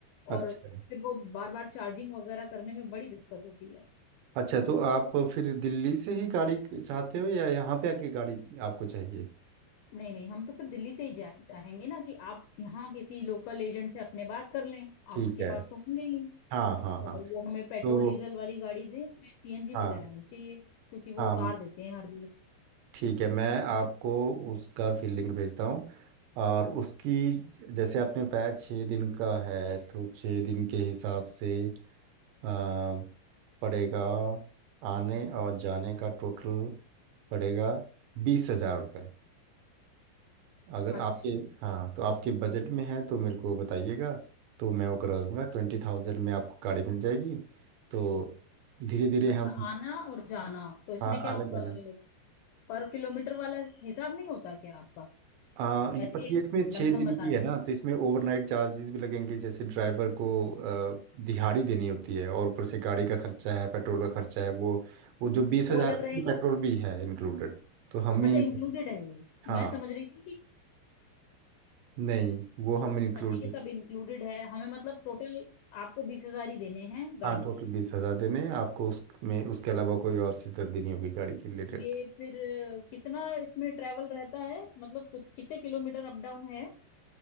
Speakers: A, on the right; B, on the left.
A: अच्छा
B: और फिर वो बार बार चार्जिंग वगैरह करने में बड़ी दिक्कत होती है
A: अच्छा तो आप फिर दिल्ली से ही गाड़ी चाहते हो या यहाँ पे आके गाड़ी आपको चाहिए
B: नहीं नहीं हम तो फिर दिल्ली से ही जा, चाहेंगे ना कि आप यहाँ किसी लोकल एजेंट से अपने बात कर लें
A: ठीक
B: आपके
A: है
B: पास तो होंगे ही
A: हाँ हाँ
B: और
A: हाँ
B: वो हमें पेट्रोल
A: तो
B: डीजल वाली गाड़ी दे हमें सीएनजी
A: हाँ
B: वगैरह नहीं चाहिए क्योंकि वो
A: हाँ
B: उतार देते हैं हर जगह
A: ठीक है मैं आपको उसका फिर लिंक भेजता हूँ और उसकी जैसे आपने बताया छः दिन का है तो छः दिन के हिसाब से आ, पड़ेगा आने और जाने का टोटल पड़ेगा बीस हजार रुपये अगर
B: अच्छा
A: आपके हाँ तो आपके बजट में है तो मेरे को बताइएगा तो मैं वो करवा दूंगा ट्वेंटी थाउजेंड में आपको गाड़ी मिल जाएगी तो धीरे धीरे
B: अच्छा
A: हम
B: आना और जाना तो इसमें
A: हाँ
B: क्या
A: आना
B: अ,
A: जाना
B: पर किलोमीटर वाला हिसाब नहीं होता क्या आपका
A: आ, ये
B: ऐसे
A: पर
B: ही
A: ये इसमें छः
B: लमसम
A: दिन
B: बता
A: भी
B: रहे
A: है ना
B: हैं
A: तो इसमें ओवरनाइट चार्जेस भी लगेंगे जैसे ड्राइवर को आ, दिहाड़ी देनी होती है और ऊपर से गाड़ी का खर्चा है पेट्रोल का खर्चा है वो वो जो बीस
B: वो
A: हजार
B: अलग रहेगा
A: पेट्रोल भी है इंक्लूडेड तो हम
B: अच्छा
A: ही
B: इंक्लूडेड है ये
A: हाँ
B: मैं समझ रही थी कि
A: नहीं वो हम इंक्लूडेड
B: अच्छा ये सब इंक्लूडेड है हमें मतलब टोटल आपको बीस हजार ही देने हैं गाड़ी
A: हाँ टोटल
B: के
A: बीस हज़ार देने हैं आपको उसमें उसके अलावा कोई और सीधत देनी होगी गाड़ी के रिलेटेड
B: ये फिर अ, कितना इसमें ट्रैवल रहता है मतलब कुछ कितने किलोमीटर अप डाउन है